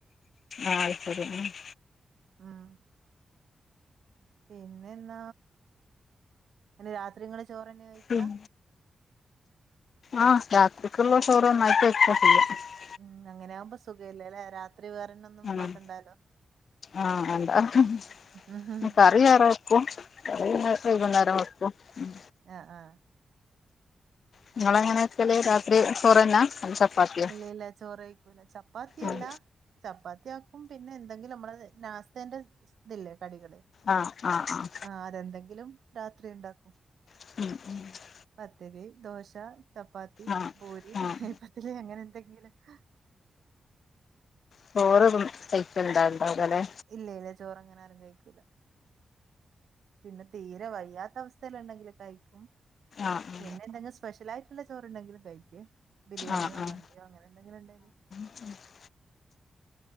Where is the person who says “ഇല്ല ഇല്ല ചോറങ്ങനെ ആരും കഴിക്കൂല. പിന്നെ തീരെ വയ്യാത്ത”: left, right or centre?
Right